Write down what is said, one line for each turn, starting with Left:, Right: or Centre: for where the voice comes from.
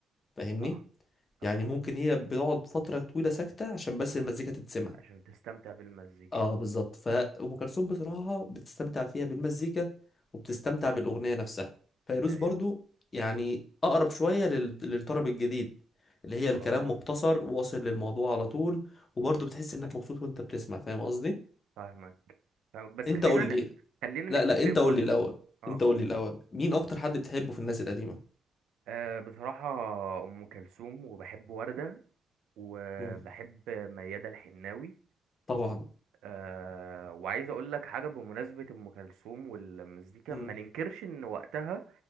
Left: فاهمني
Right: صح صح
Left: يعني ممكن هي بتقعد فتره طويله ساكته عشان بس المزيكا تتسمع
Right: عشان تستمتع بالمزيكا
Left: اه بالظبط فأم كلثوم بصراحة بتستمتع فيها بالمزيكا وبتستمتع بالأغنية نفسها فيروز
Right: ايوه
Left: برضو يعني أقرب شوية لل... للطرب الجديد اللي هي الكلام
Right: اه
Left: مختصر واصل للموضوع على طول وبرضو
Right: مم.
Left: بتحس إنك مبسوط وأنت بتسمع فاهم قصدي؟
Right: فاهمك فاهمك بس
Left: أنت
Right: خلينا
Left: قول
Right: ن...
Left: لي
Right: خلينا
Left: لا
Right: نتفق
Left: لا أنت
Right: برضو
Left: قول لي الأول
Right: آه.
Left: أنت قول لي الأول مين أكتر حد بتحبه في الناس القديمة؟
Right: أه بصراحة أم كلثوم وبحب وردة وبحب
Left: مم.
Right: ميادة الحناوي
Left: طبعا
Right: أه وعايز أقول لك حاجة بمناسبة أم كلثوم والمزيكا
Left: مم.
Right: ما ننكرش إن وقتها